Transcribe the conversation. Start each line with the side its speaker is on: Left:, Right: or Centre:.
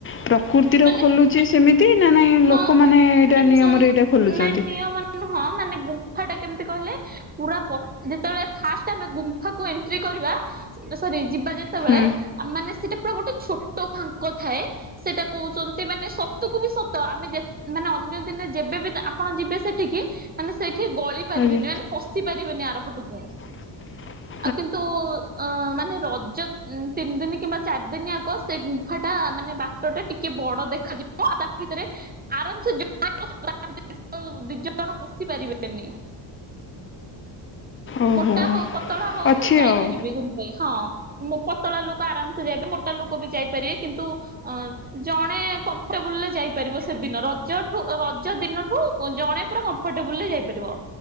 Left: ପ୍ରକୃତିର
Right: ମାନେ
Left: ଖୋଲୁଚି ସେମିତି ନା ନାଇଁ
Right: ହଁ
Left: ଲୋକମାନେ ଏଇଟା
Right: ନାଇଁ
Left: ନିୟମରେ ଏଇଟା ଖୋଲୁଚନ୍ତି?
Right: ନିୟମ ନୁହଁ ମାନେ ଗୁମ୍ଫା ଟା କେମିତି କହିଲେ ପୁର ଯେତେବେଳେ ଫାଷ୍ଟ ଆମେ ଗୁମ୍ଫାକୁ ଏଣ୍ଟ୍ରି କରିବା ସରି ଯିବା ଯେତେବେଳେ
Left: ହୁଁ
Right: ମାନେ ସେଟା ପୁରା ଗୋଟେ ଛୋଟ ଫାଙ୍କ ଥାଏ। ସେଇଟା କୋହୁଚନ୍ତି ମାନେ ସତକୁ ବି ସତ ଆମେ ଯେ ମାନେ ଅନ୍ୟ ଦିନେ ଯେବେ ବି ଆପଣ ଯିବେ ସେଠିକି ମାନେ ସେଇଠି ଗଳି ପାରିବେନି
Left: ଆଜ୍ଞା
Right: ମାନେ ପଶି ପାରିବେନି ଆର ପଟକୁ।
Left: <inaudible>
Right: ଆଉ କିନ୍ତୁ ଅ ମାନେ ରଜ ତିନି ଦିନ କିମ୍ବା ଚାରି ଦିନ ଆଗ ସେ ଗୁମ୍ଫା ଟା ମାନେ ବା ଟା ଟିକେ ବଡ ଦେଖାଯିବ ଆଉ ତା ଭିତରେ ଆରାମ ସେ <unintelligible> ଯୋଉ ଦିଜ ଜଣ ପୋଷି ପାରିବେନି।
Left: ଓହୋ
Right: ମୋଟା ହୋଉ ପତଳା ହୋଉ
Left: ଅଛି
Right: ଯାଇପାରିବେ
Left: ଆଉ
Right: କେମିତି ହଁ। ପତଳା ଲୋକ ଆରାମ ସେ ଯାଇବେ ମୋଟା ଲୋକ ବି ଯାଇପାରିବେ କିନ୍ତୁ ଅ ଜଣେ କମ୍ଫର୍ଟେବୁଲରେ ଯାଇପାରିବ ସେଦିନ ରଜଠୁ ରଜ ଦିନଠୁ ଜଣେ ପୁରା କମ୍ଫଟେବୁରେ ଯାଇପାରିବ